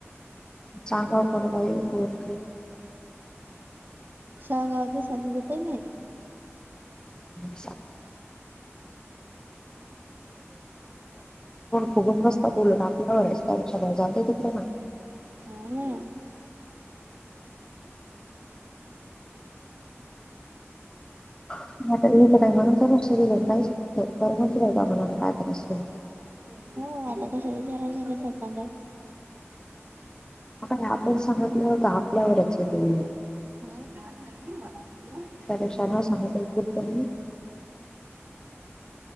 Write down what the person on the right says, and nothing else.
सांगावच समजत नाही.
हो ना
हो आपण कशाला? विचारायचं बाई. <unintelligible>
हो.